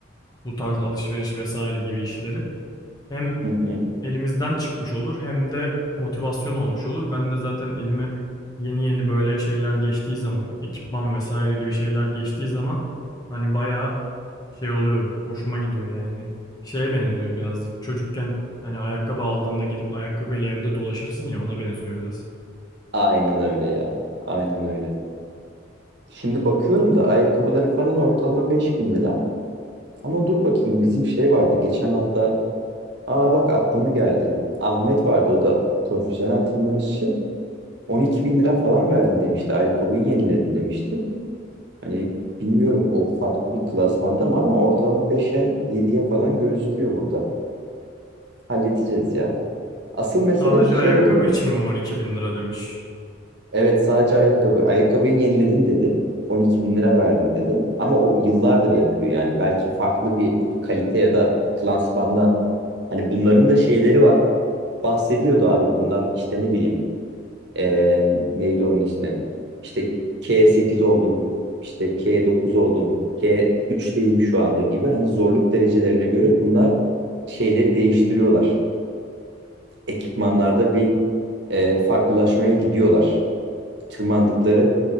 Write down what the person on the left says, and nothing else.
bu tarz alışveriş vesaire gibi işleri hem
elimizden çıkmış olur hem de motivasyon olmuş olur. Ben de zaten elime yeni yeni böyle şeyler geçtiği zaman, ekipman vesaire gibi şeyler geçtiği zaman hani bayağı şey oluyorum. Hoşuma gidiyor yani. Şeye benziyor birazcık. Çocukken hani ayakkabı aldığında gidip ayakkabıyla evde dolaşırsın ya ona benziyor biraz.
Sadece
ayakkabı
için mi 12 bin lira demiş.